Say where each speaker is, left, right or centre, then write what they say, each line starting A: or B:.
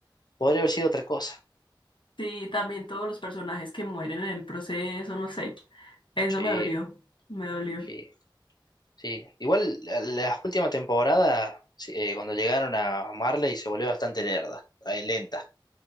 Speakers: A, on the left; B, on the left.
A: podría haber sido otra cosa.
B: Sí, también todos los personajes que mueren en el proceso, no sé. Eso
A: Sí,
B: me dolió, me dolió.
A: sí, sí. Igual la- las últimas temporadas, sí, eh, cuando llegaron a Marley, se volvió bastante lerda, eh, lenta,